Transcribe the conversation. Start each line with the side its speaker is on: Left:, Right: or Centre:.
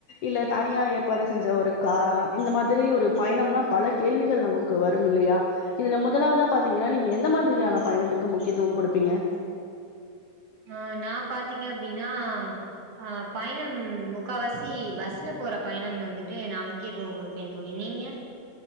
Left: இல்ல தனியா ஏற்பாடு செஞ்ச ஒரு காரா இந்த மாரி ஒரு பயணம்னா பல கேள்விகள் நமக்கு வரும் இல்லையா இதுல முதலாவதா பாத்தீங்கன்னா நீங்க எந்த மாரியான பயணத்துக்கு முக்கியத்துவோ குடுப்பீங்க
Right: ஆ நா பாத்தீங்க அப்டின்னா ஆ பயணம் முக்காவாசி பஸ்ல போற பயணம் வந்துட்டு நா முக்கியதுவோ குடுப்பே தோழி நீங்க